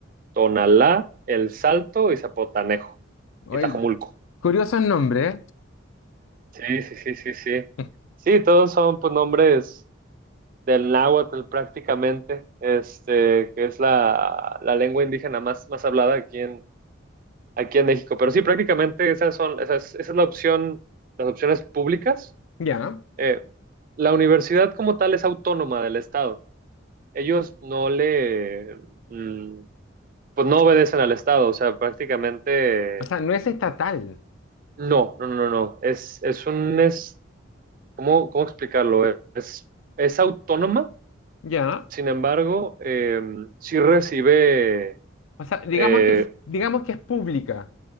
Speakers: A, on the right; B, on the left.
A: Tonalá, El Salto y Zapotanejo,
B: Oye,
A: y Tajomulco.
B: curiosos nombres,
A: Sí, sí, sí, sí, sí.
B: ¿eh?
A: Sí, todos son pues nombres del náhuatl prácticamente, este, que es la, la lengua indígena más, más hablada aquí en, aquí en México. Pero sí, prácticamente esas son, esa es, esa es la opción, las opciones públicas.
B: <laughs> Ya.
A: Eh, la universidad como tal es autónoma del Estado. Ellos no le, mm, pues no obedecen al Estado, o sea, prácticamente
B: O sea, no es estatal,
A: no, no, no, no, no. Es, es un, es, ¿cómo, cómo explicarlo? Es, es autónoma,
B: ¿ya?
A: sin embargo, eh, sí recibe
B: O sea,
A: eh,
B: digamos que es, digamos que es pública,